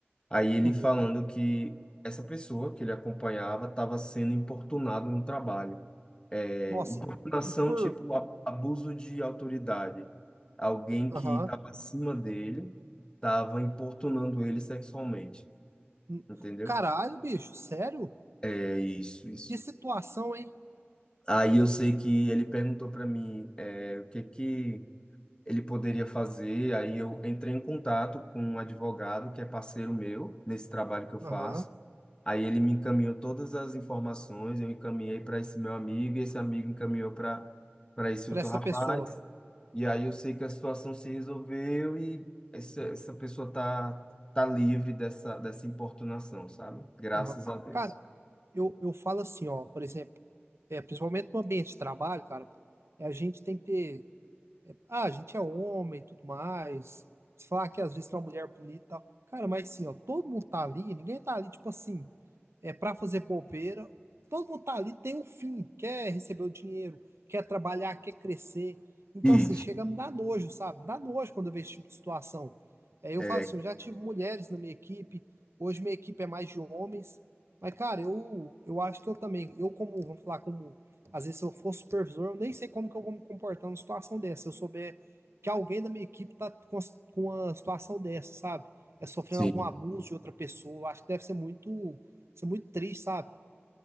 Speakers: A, on the left; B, on the right.
A: Aí ele
B: uhum.
A: falando que essa pessoa que ele acompanhava estava sendo importunado no trabalho. É,
B: Nossa,
A: importunação
B: e por.
A: tipo a- abuso de autoridade. Alguém
B: Aham.
A: que estava acima dele estava importunando ele sexualmente,
B: hum.
A: entendeu?
B: Caralho, bicho, sério?
A: É isso, isso.
B: Que situação, hein?
A: Aí eu sei que ele perguntou para mim é, o que que ele poderia fazer. Aí eu entrei em contato com um advogado que é parceiro meu nesse trabalho que eu faço.
B: Aham,
A: Aí ele me encaminhou todas as informações, eu encaminhei para esse meu amigo, e esse amigo encaminhou para para esse
B: pra
A: outro
B: essa
A: rapaz.
B: pessoa.
A: E aí eu sei que a situação se resolveu e essa, essa pessoa tá tá livre dessa dessa importunação, sabe? Graças
B: Aham.
A: a Deus.
B: Cara, eu, eu falo assim, ó, por exemplo, é, principalmente no ambiente de trabalho, cara, é, a gente tem que ter É, Ah, a gente é homem e tudo mais. Se falar que às vezes tem uma mulher bonita e tal. Cara, mas sim, ó, todo mundo tá ali, ninguém tá ali, tipo assim, é pra fazer bobeira. Todo mundo tá ali, tem um fim, quer receber o dinheiro, quer trabalhar, quer crescer. Então,
A: Isso.
B: assim, chega a me dar nojo, sabe? Me dá nojo quando eu vejo esse tipo de situação. É, eu
A: É,
B: falo assim, eu já tive mulheres na minha equipe, hoje minha equipe é mais de homens. Mas, cara, eu, eu acho que eu também, eu como, vamos falar, como às vezes, se eu for supervisor, eu nem sei como que eu vou me comportar numa situação dessa. Se eu souber que alguém da minha equipe tá com, com uma situação dessa, sabe? É sofrendo
A: sim.
B: algum abuso de outra pessoa. Eu Acho que deve ser muito, ser muito triste, sabe?